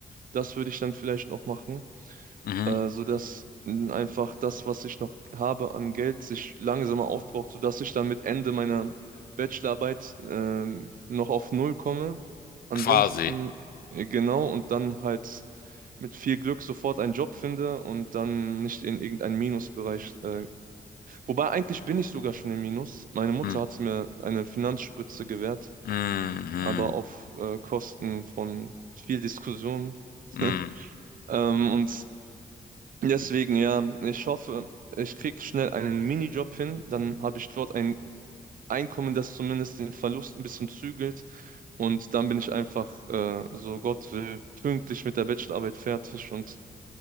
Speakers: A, on the right; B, on the left.
A: Das würde ich dann vielleicht noch machen.
B: Mhm.
A: äh, sodass mh, einfach das, was ich noch habe an Geld, sich langsamer aufbraucht, sodass ich dann mit Ende meiner Bachelorarbeit ähm, noch auf Null komme. Ansonsten,
B: Quasi.
A: äh, genau, und dann halt mit viel Glück sofort einen Job finde und dann nicht in irgendeinen Minusbereich. Äh, wobei eigentlich bin ich sogar schon im Minus. Meine Mutter
B: Mhm.
A: hat mir eine Finanzspritze gewährt,
B: Mhm.
A: aber auf äh, Kosten von viel Diskussion. <laughs>
B: Mhm.
A: Ähm, und Deswegen, ja, ich hoffe, ich kriege schnell einen Minijob hin, dann habe ich dort ein Einkommen, das zumindest den Verlust ein bisschen zügelt und dann bin ich einfach, äh, so Gott will, pünktlich mit der Bachelorarbeit fertig und